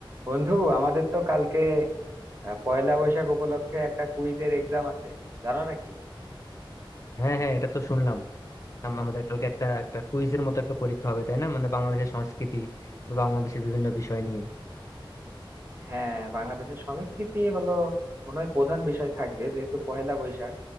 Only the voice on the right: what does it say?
বন্ধু আমাদের তো কালকে আহ, পয়লা বৈশাখ উপলক্ষে একটা কুইজের এক্সাম আছে জানো নাকি
হ্যাঁ বাংলাদেশের সংস্কৃতি হলো মনে হয় প্রধান বিষয় থাকবে যেহেতু পয়লা বৈশাখ